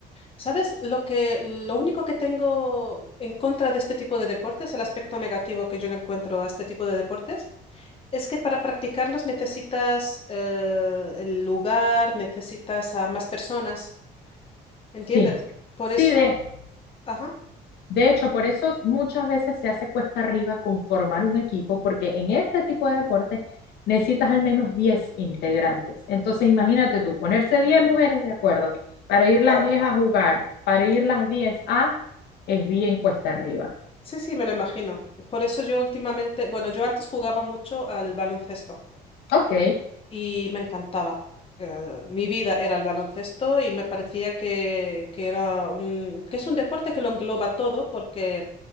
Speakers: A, on the left; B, on the left.
A: ¿sabes lo que, lo único que tengo en contra de este tipo de deportes, el aspecto negativo que yo le encuentro a este tipo de deportes, es que para practicarlos necesitas eh, el lugar, necesitas a más personas. ¿Entiendes?
B: Sí,
A: Por
B: sí,
A: eso,
B: de,
A: ajá,
B: De hecho, por eso muchas veces se hace cuesta arriba conformar un equipo, porque en este tipo de deporte necesitas al menos 10 integrantes. Entonces, imagínate tú, ponerse 10 mujeres de acuerdo para ir las
A: claro.
B: diez a jugar, para ir las 10 a, es bien cuesta arriba.
A: Sí, sí, me lo imagino. Por eso yo últimamente, bueno, yo antes jugaba mucho al baloncesto
B: Ok,
A: y me encantaba. Eh, mi vida era el baloncesto y me parecía que, que era un, que es un deporte que lo engloba todo porque